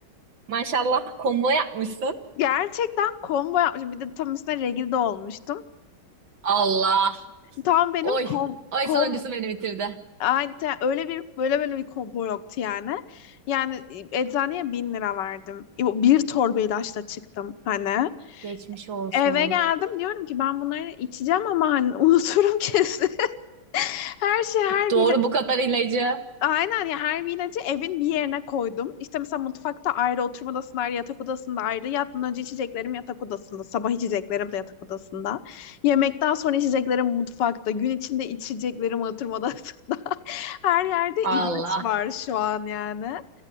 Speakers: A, on the right; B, on the left.
A: Maşallah combo yapmışsın.
B: <laughs> Gerçekten combo yapmışım. Bir de tam üstüne regl de olmuştum.
A: Allah.
B: Tam benim
A: Oy.
B: kom,
A: Oy
B: kom
A: sonuncusu beni bitirdi.
B: Aynı te- öyle bir böyle böyle bir combo yoktu yani. Yani e, eczaneye bin lira verdim. Bir torba ilaçla çıktım hani.
A: Geçmiş olsun.
B: Eve geldim diyorum ki ben bunları içeceğim ama hani unuturum kesin. <laughs> Her şey her
A: Doğru
B: bir
A: bu kadar ilacı.
B: Aynen ya her vinacı evin bir yerine koydum. İşte mesela mutfakta ayrı, oturma odasında ayrı, yatak odasında ayrı. Yatmadan önce içeceklerim yatak odasında. Sabah içeceklerim de yatak odasında. Yemekten sonra içeceklerim mutfakta. Gün içinde içeceklerim oturma odasında. <laughs> Her yerde
A: Allah.
B: ilaç var şu an yani.